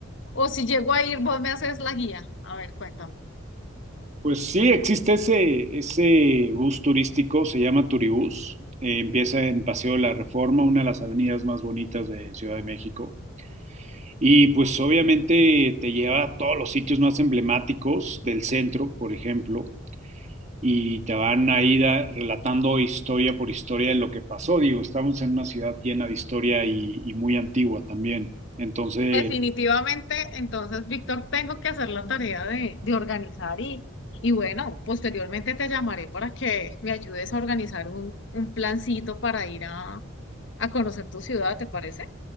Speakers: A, on the left (about 60°); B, on the right (about 35°).
A: O si llego a ir, vos me haces la guía. A ver, cuéntame.
B: Pues sí, existe ese, ese bus turístico, se llama Turibús. Eh, empieza en Paseo de la Reforma, una de las avenidas más bonitas de Ciudad de México. Y pues obviamente te lleva a todos los sitios más emblemáticos del centro, por ejemplo, y te van ahí da- relatando historia por historia de lo que pasó. Digo, estamos en una ciudad llena de historia y, y muy antigua también. Entonces,
A: Definitivamente, entonces, Víctor, tengo que hacer la tarea de, de organizar y, y bueno, posteriormente te llamaré para que me ayudes a organizar un, un plancito para ir a conocer tu ciudad, ¿te parece?